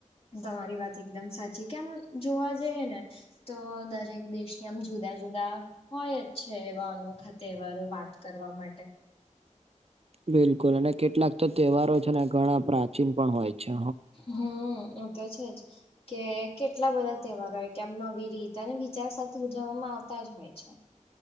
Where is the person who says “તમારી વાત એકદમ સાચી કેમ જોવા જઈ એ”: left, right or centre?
Left